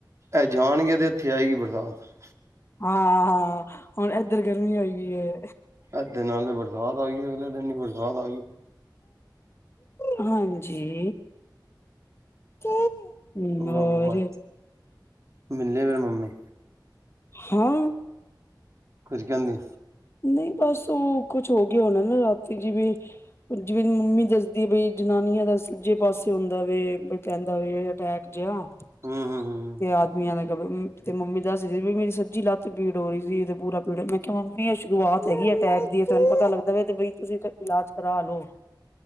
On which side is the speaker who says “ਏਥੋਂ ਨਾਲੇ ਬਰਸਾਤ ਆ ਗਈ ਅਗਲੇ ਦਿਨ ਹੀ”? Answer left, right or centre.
Right